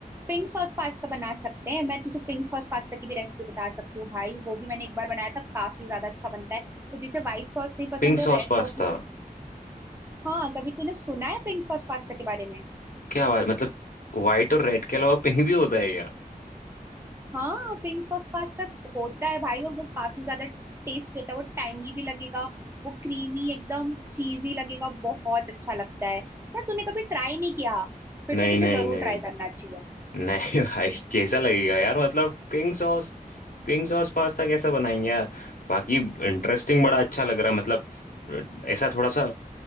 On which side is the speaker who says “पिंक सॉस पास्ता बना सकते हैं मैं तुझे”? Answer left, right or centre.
Right